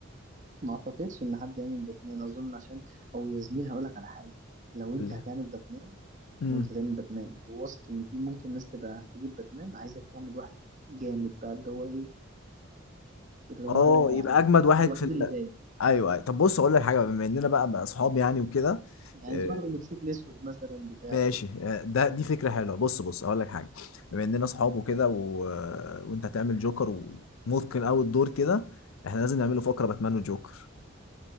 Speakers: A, on the right; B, on the left.
A: ما اعتقدش ان حد يعمل باتمان اظن عشان او يا زميلي هقول لك على حاجه لو
B: قول
A: انت هتعمل باتمان
B: لي
A: لو انت هتعمل باتمان وواثق ان في ممكن ناس تبقى هتجيب باتمان عايزك تعمل واحد جامد بقى اللي هو ايه اللي هو
B: اه يبقى
A: يعني
B: اجمد
A: تبقى
B: واحد
A: انت الوحيد
B: في ال...
A: اللي باين
B: ايوه ايوه طب بص اقول لك حاجه بما اننا بقى بقى اصحاب يعني وكده
A: يعني
B: آه،
A: تروح بموتوسيكل اسود مثلا بتاع
B: ماشي
A: كده
B: آه، ده دي فكره حلوه بص بص اقول لك حاجه بما اننا اصحاب وكده و... وانت هتعمل جوكر ومتقن قوي الدور كده احنا لازم نعمله فقره باتمان وجوكر